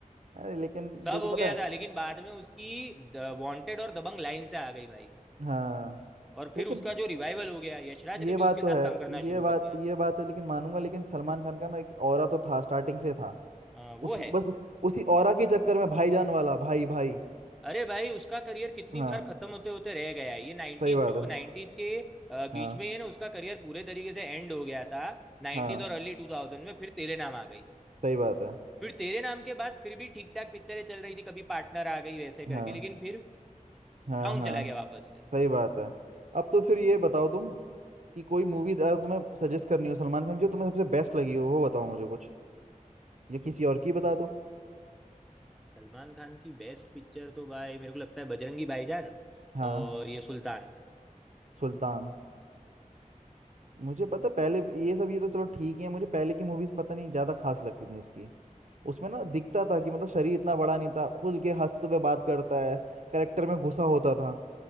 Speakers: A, on the right; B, in the centre.
A: अरे लेकिन
B: सब
A: देखो
B: हो
A: पता
B: गया
A: है
B: था लेकिन बाद में उसकी वांटेड और दबंग लाइन से आ गई भाई
A: हाँ
B: और फिर
A: लेकिन
B: उसका जो रिवाइवल हो गया यशराज ने
A: ये
B: भी
A: बात
B: उसके
A: तो
B: साथ
A: है
B: काम करना
A: ये
B: शुरू
A: बात
B: कर दिया
A: ये बात है लेकिन मानूंगा लेकिन सलमान खान का ना एक ऑरा तो था स्टार्टिंग से था
B: अ, वो
A: उसी
B: है
A: बस उसी ऑरा के चक्कर में भाईजान वाला भाई भाई
B: अरे भाई उसका करियर कितनी
A: हाँ
B: बार खत्म होते होते रह गया है ये नाइन्टीज
A: सही बात
B: जो
A: है
B: नाइन्टीज के अ, बीच
A: हाँ
B: में ये ना उसका करियर पूरे तरीके से एंड हो गया था नाइन्टीज
A: हाँ
B: और अर्ली टू थाउजेंड में फिर तेरे नाम आ गई
A: सही बात है
B: फिर तेरे नाम के बाद फिर भी ठीक ठाक पिक्चरें चल रही थी कभी पार्टनर आ गई वैसे करके
A: हाँ
B: लेकिन फिर
A: हाँ
B: डाउन
A: हाँ
B: चला गया वापस से
A: सही बात है अब तो फिर ये बताओ तुम कि कोई मूवी अगर तुम्हें सजेस्ट करनी हो सलमान खान की जो तुम्हें सबसे बेस्ट लगी हो वो बताओ मुझे कुछ या किसी और की बता दो
B: सलमान खान की बेस्ट पिक्चर तो भाई मेरे को लगता है बजरंगी भाईजान
A: हाँ
B: और ये सुल्तान
A: सुल्तान मुझे पता पहले ये सब ये तो चलो ठीक है मुझे पहले की मूवीज पता नहीं ज्यादा खास लगती थी उसकी उसमें ना दिखता था कि मतलब शरीर इतना बड़ा नहीं था खुल के हंसते हुए बात करता है करेक्टर में घुसा होता था